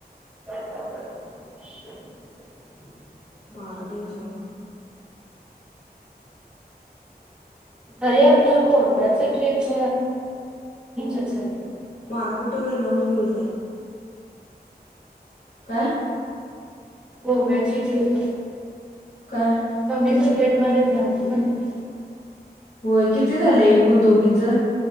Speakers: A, in the centre; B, on the left.
A: <inaudible>
B: बारा दिवस आहे फक्त
A: अरे आपला गोव्याचा ट्रिप्स च.
B: बारा कुठे ग नऊच दिवस हाय काय?
A: गोव्याची ट्रीप
B: काय
A: कमी बजेट बजेट मध्ये जाकी म्हने
B: होय किती झालंय एकूण दोघींच?